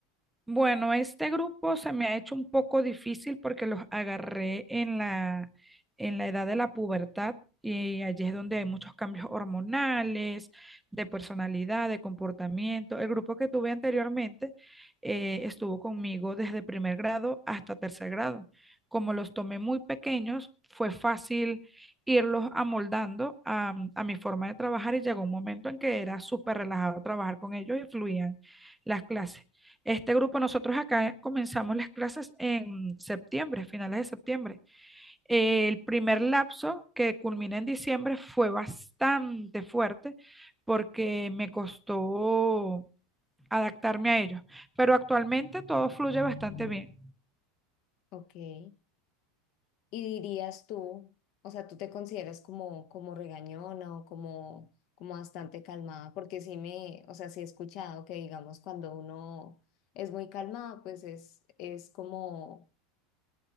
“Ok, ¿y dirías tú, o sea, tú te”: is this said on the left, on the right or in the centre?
Left